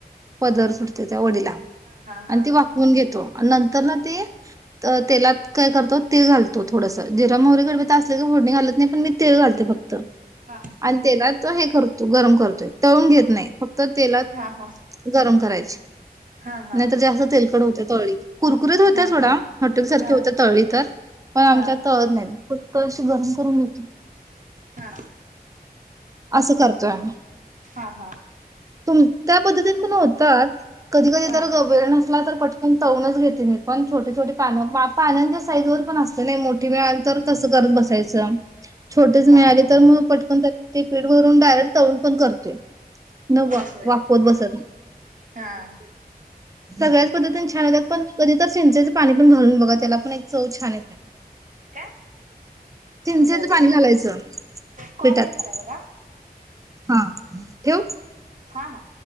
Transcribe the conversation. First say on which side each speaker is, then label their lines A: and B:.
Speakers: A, on the right; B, on the right.
A: पदर सुटते त्या वडिला
B: हा हा हा.
A: आणि ती वाकवून घेतो आणि नंतर ना तेी तर तेलात काय करतो. ते घलतो थोडास जरा मोरे घडवत अस. डी हल्त नाही पण मी तेळ घालते फक्त
B: हा
A: आणि तेला त हे करतो गरम करतोय तळून घेत नाही फक्त तेलात
B: हा हा.
A: गरम करायचं
B: हा हा.
A: ह नाही तर जाेस्त तेलकड होते तळी कुरकुरीत होत्या
B: हा हा
A: थोडा हॉटेल सारख्या
B: हा
A: होत्या तळी तर पण आमच्या
B: हा
A: तळत नाही फक्त अशी गरम करून घेतो
B: ह
A: असं करतोय म
B: हा
A: तुम त्या पद्धतीन पण होत कधी कधी
B: हा
A: तर
B: हा
A: गभीर नसत तर पटकन तवूनच घेते नाही पण छोटे छोटे पानं पाण्यांच्या साईज वर पण असते नाही मो मिळाली तर तसं करत बसायचं छोटेच मिळाले
B: हा.
A: तर मग पटकन स्पीड वरून डायरेक्ट तळड पण करते न
B: होय
A: वापवत
B: होय.
A: बसत नाही
B: हा.
A: सगळ्याच पद्धतीन छान होतात पण कधी तर चंचे पाणी पण घालून बघ त्या पण चव छान येते.
B: का
A: चिंचेचं
B: ब
A: पाणी घालायचं
B: कॉलेज
A: पिठात
B: झालाय ब का
A: हा येव
B: काण